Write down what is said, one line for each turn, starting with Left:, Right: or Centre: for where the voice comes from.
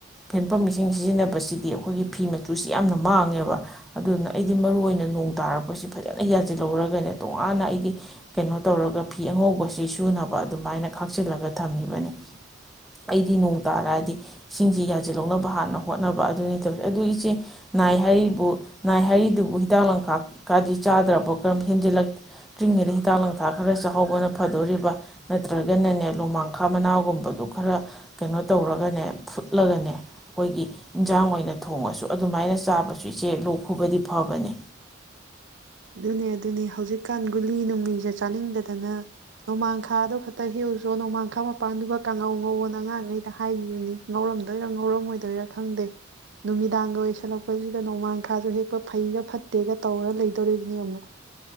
Centre: ꯍꯦꯟꯄꯝ ꯏꯁꯤꯡ ꯁꯤꯖꯤꯟꯅꯕꯁꯤꯗꯤ ꯑꯩꯈꯣꯏꯒꯤ ꯐꯤ ꯃꯆꯨꯁꯤ ꯌꯥꯝꯅ ꯃꯥꯡꯉꯦꯕ ꯑꯗꯨꯅ ꯑꯩꯗꯤ ꯃꯔꯨ ꯑꯣꯏꯅ ꯅꯣꯡ ꯇꯥꯔꯛꯄꯁꯤ ꯐꯖꯅ ꯌꯥꯁꯤꯜꯍꯧꯔꯒꯅꯦ ꯇꯣꯉꯥꯟꯅ ꯑꯩꯗꯤ ꯀꯩꯅꯣ ꯇꯧꯔꯒ ꯐꯤ ꯑꯉꯧꯕꯁꯤ ꯁꯨꯅꯕ ꯑꯗꯨꯃꯥꯏꯅ ꯈꯥꯛꯆꯤꯜꯂꯒ ꯊꯝꯃꯤꯕꯅꯤ ꯑꯩꯗꯤ ꯅꯣꯡ ꯇꯥꯔꯗꯤ ꯏꯁꯤꯡꯁꯤ ꯌꯥꯖꯤꯜ ꯍꯧꯅꯕ ꯍꯥꯟꯅ ꯍꯣꯠꯅꯕ ꯑꯗꯨꯅꯤ ꯇꯧꯔꯤ ꯑꯗꯨ ꯏꯆꯦ ꯅꯥꯏ ꯍꯥꯏꯔꯤꯕꯨ ꯅꯥꯏ ꯍꯥꯏꯔꯤꯗꯨꯕꯨ ꯍꯤꯗꯥꯛ ꯂꯥꯡꯊꯥꯛ ꯀꯗꯤ ꯆꯥꯗ꯭ꯔꯕ ꯀꯔꯝ ꯍꯦꯟꯖꯤꯜꯂꯛꯇ꯭ꯔꯤꯉꯩꯗ ꯍꯤꯗꯥꯛ ꯂꯥꯡꯊꯥꯛ ꯈꯔ ꯆꯥꯍꯧꯕꯅ ꯐꯥꯗꯣꯔꯤꯕ ꯅꯠꯇ꯭ꯔꯒꯅꯅꯦ ꯂꯣꯃꯥꯡ ꯈꯥ ꯃꯅꯥꯒꯨꯝꯕ ꯑꯗꯨ ꯈꯔ ꯀꯩꯅꯣ ꯇꯧꯔꯒꯅꯦ ꯐꯨꯠꯂꯒꯅꯦ ꯑꯩꯈꯣꯏꯒꯤ ꯏꯟꯖꯥꯡ ꯑꯣꯏꯅ ꯊꯣꯡꯉꯁꯨ ꯑꯗꯨꯃꯥꯏꯅ ꯆꯥꯕꯁꯨ ꯏꯆꯦ ꯂꯣꯛ ꯈꯨꯕꯗꯤ ꯐꯕꯅꯦ
Right: ꯑꯗꯨꯅꯦ-ꯑꯗꯨꯅꯤ ꯍꯧꯖꯤꯛꯀꯥꯟ ꯒꯨꯂꯤ ꯅꯨꯡꯂꯤꯖꯦ ꯆꯥꯅꯤꯡꯗꯗꯅ ꯅꯣꯡꯃꯥꯡꯈꯥꯗꯣ ꯈꯛꯇ ꯍꯦꯛꯎꯆꯣꯅ ꯅꯣꯡꯃꯥꯡꯈꯥ ꯃꯄꯥꯟꯗꯨꯒ ꯀꯥꯡꯉꯧ ꯉꯧꯋꯣꯅ ꯑꯉꯥꯡꯉꯩꯗ ꯍꯥꯏꯈꯤꯕꯅꯤ ꯉꯧꯔꯝꯗꯣꯏꯔ ꯉꯧꯔꯝꯃꯣꯏꯗꯣꯏꯔ ꯈꯪꯗꯦ ꯅꯨꯃꯤꯗꯥꯡꯒ ꯑꯣꯏꯁꯜꯂꯛꯄꯁꯤꯒ ꯅꯣꯡꯃꯥꯡꯈꯥꯁꯨ ꯍꯦꯛꯄ ꯐꯩꯒ ꯐꯠꯇꯦꯒ ꯇꯧꯔ ꯂꯩ ꯇꯧꯔꯤꯕꯅꯦ ꯌꯥꯝꯅ